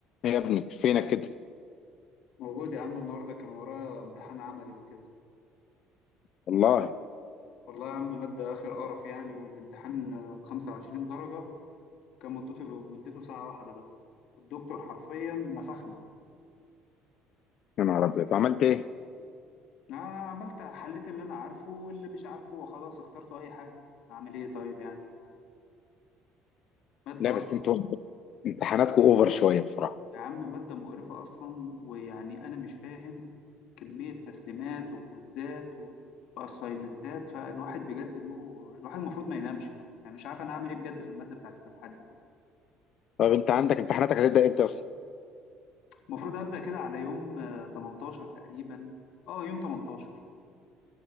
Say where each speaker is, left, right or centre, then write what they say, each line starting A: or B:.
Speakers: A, on the left; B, on the left.
A: إيه يا ابني فينك كده
B: موجود يا عم النهارده كان ورايا امتحان عملي وكده
A: والله
B: والله يا عم مادة آخر قرف يعني والامتحان آه، 25 درجة كان مدته مدته ساعة واحدة بس الدكتور حرفيا نفخنا
A: يا نهار ابيض عملت ايه
B: أنا عملت حليت اللي أنا عارفه واللي مش عارفه وخلاص اخترته أي حاجة أعمل إيه طيب يعني مادة
A: لا بس
B: أصلا
A: انتوا امتحاناتكم اوفر شويه بصراحه
B: يا عم مادة مقرفة أصلا ويعني أنا مش فاهم كمية تسليمات وكويزات و... وأسايمنتات فالواحد بجد دماغه الواحد المفروض ما ينامش بقى يعني مش عارف أنا أعمل إيه بجد في المادة بتاعت يوم الأحد
A: طب انت عندك امتحاناتك هتبدا امتى اصلا
B: المفروض هبدأ كده على يوم آه، 18 تقريبا اه يوم 18